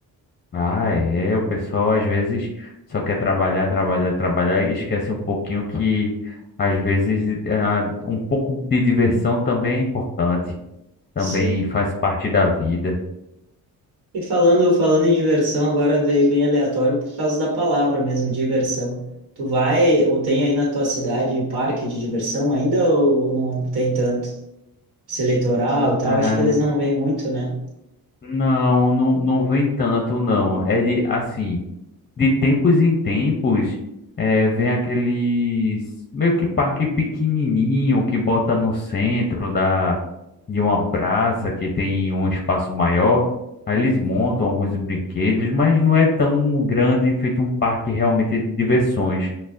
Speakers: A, on the left; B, on the right.
A: Ah, é, o pessoal às vezes só quer trabalhar, trabalhar, trabalhar e esquece um pouquinho que às vezes ah, um pouco de diversão também é importante, também
B: Sim.
A: faz parte da vida.
B: E falando, falando em diversão, agora veio bem aleatório por causa da palavra mesmo, diversão. Tu vai ou tem aí na tua cidade parque de diversão ainda ou não tem tanto? Esse litoral e tal,
A: Cara,
B: acho que eles não vêm muito, né?
A: Não, não, não vem tanto, não. É de, assim, de tempos em tempos, é, vem aqueles meio que parque pequenininho que bota no centro da, de uma praça que tem um espaço maior. Aí eles montam
B: Uhum.
A: alguns brinquedos, mas não é tão grande, feito um parque realmente de diversões.